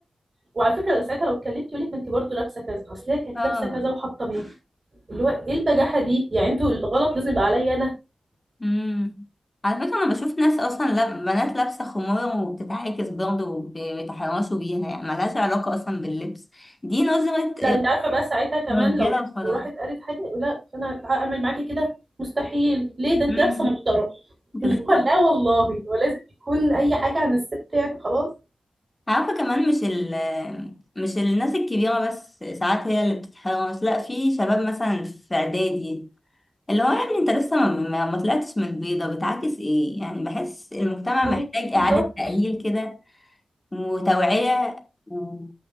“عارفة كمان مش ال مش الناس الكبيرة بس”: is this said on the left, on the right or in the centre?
Left